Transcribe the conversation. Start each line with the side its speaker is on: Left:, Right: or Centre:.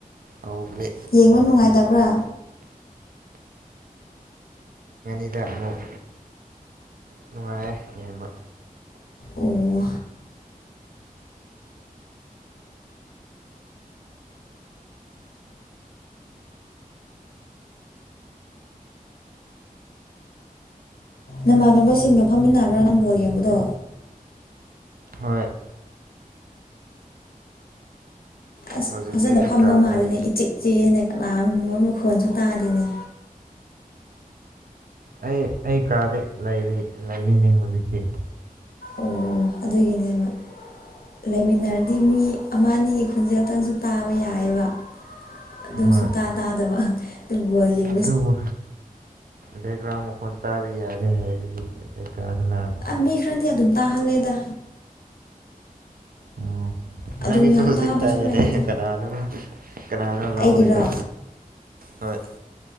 Right: ꯍꯧꯕꯗꯤ
Left: ꯌꯦꯡꯕ ꯅꯨꯡꯉꯥꯏꯇꯕ꯭ꯔꯥ
Right: ꯍꯤꯗꯥꯛ ꯂꯣꯛ ꯅꯨꯡꯉꯥꯏꯌꯦ ꯌꯦꯡꯕ
Left: ꯑꯣ ꯅꯃꯥꯟꯅꯕꯁꯤꯡꯒ ꯐꯝꯃꯤꯟꯅꯕ꯭ꯔꯥ ꯅꯪ ꯕꯣꯜ ꯌꯦꯡꯕꯗꯣ
Right: ꯍꯣꯏ
Left: ꯑꯁ
Right: ꯍꯧꯖꯤꯛꯇꯤ
Left: ꯐꯖꯅ
Right: ꯑꯩ
Left: ꯐꯝꯕ
Right: ꯀꯥꯗ
Left: ꯃꯥꯜꯂꯤꯅꯦ
Right: ꯂꯩ
Left: ꯏꯆꯤꯛ ꯆꯤꯛꯏꯅꯦ ꯀꯅꯥꯒꯨꯝꯕ ꯃꯈꯣꯟꯁꯨ ꯇꯥꯗꯦꯅꯦ
Right: ꯑꯩ ꯑꯩ ꯀꯥꯗ ꯂꯩꯔꯤ ꯂꯩꯔꯤꯅꯤ ꯍꯧꯖꯤꯛꯇꯤ
Left: ꯑꯣ ꯑꯗꯨꯒꯤꯅꯦꯕ ꯂꯩꯃꯤꯟꯅꯔꯗꯤ ꯃꯤ ꯑꯃ ꯑꯅꯤ ꯈꯣꯟꯖꯦꯜꯇꯪꯁꯨ ꯇꯥꯕ ꯌꯥꯏꯌꯦꯕ ꯑꯗꯨ
Right: ꯍꯣꯏ
Left: ꯁꯨꯛꯇꯥ ꯇꯥꯗꯕ ꯑꯗꯨ ꯕꯣꯜ ꯌꯦꯡ
Right: ꯑꯗꯨꯕꯨ ꯕꯦꯛꯒ꯭ꯔꯥꯎꯟ ꯃꯈꯣꯟ ꯇꯥꯕ ꯌꯥꯗꯦ ꯍꯥꯏꯕꯒꯤ ꯑꯩ ꯀꯥꯗ ꯂꯥꯛ
Left: ꯃꯤ ꯈꯔꯗꯤ ꯑꯗꯨꯝ ꯇꯥꯍꯜꯂꯦꯗ
Right: ꯑꯣ
Left: ꯑꯗꯨꯝ
Right: ꯅꯪꯒꯤꯁꯨ
Left: ꯌꯥꯝ
Right: ꯍꯧꯖꯤꯛ
Left: ꯇꯥꯕꯁꯨ
Right: ꯇꯥꯏꯌꯦꯅꯦ
Left: ꯂꯩꯗ
Right: ꯀꯅꯥꯅꯣ ꯀꯅꯥꯅꯣ ꯂꯥꯎꯔꯤꯗꯣ
Left: ꯑꯩꯒꯤꯔꯣ
Right: ꯍꯣꯏ